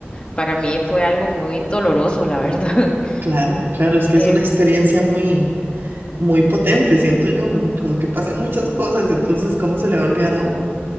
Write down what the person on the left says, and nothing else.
para mí fue algo muy doloroso, la verdad. <laughs>
Eh,